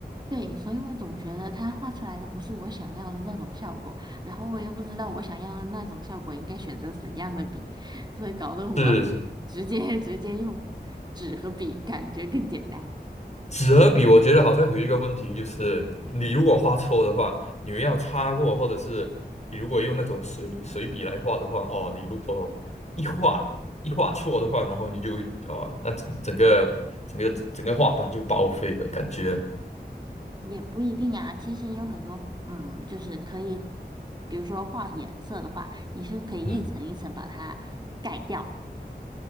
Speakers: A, on the right (about 25°); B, on the left (about 40°).
A: 对，所以我总觉得它画出来的不是我想要的那种效果，然后我又不知道我想要的那种效果应该选择怎样的笔，所以搞得我
B: 是。
A: <laughs> 直接直接用纸和笔，感觉更简单。
B: 纸和笔，我觉得好像有一个问题，就是你如果画错的话，你要擦过，或者是你如果用那种水水笔来画的话，哦，你如果一画一画错的话，然后你就哦，那整整个整个整个画板就报废了，感觉
A: 也不一定啊，其实有很多，嗯，就是可以，比如说画颜色的话，你是可以一层一层把它盖掉。
B: 嗯，